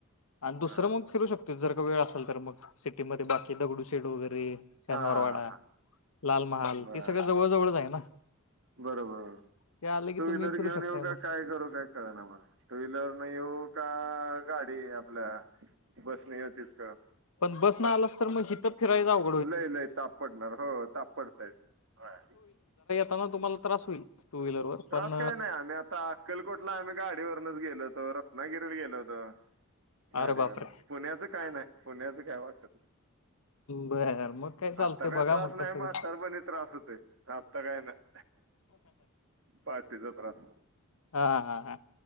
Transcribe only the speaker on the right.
बर
हा हा
हा
बर
बरोबर
टू व्हीलर
घेऊन
येऊ
का काय करू काय कळना मला टू व्हीलरनं येऊ का? गाडी आपल्या बसने येऊ तेच
लय लय ताप पडणार हो हो ताप पडतोय, होय.
त्रास काय नाही आम्ही आता अक्कलकोटला आम्ही गाडीवरनच गेलो होतो रत्नागिरी ला गेलो होतो. गाडीवरनच
पुण्याचं काय नाही, पुण्याचं काय वा <inaudible>
आत्ता काय
त्रास
नाही
म्हातारपणी
त्रास हुतंय आत्ता काय नाही. <inaudible> पाठीचा त्रास.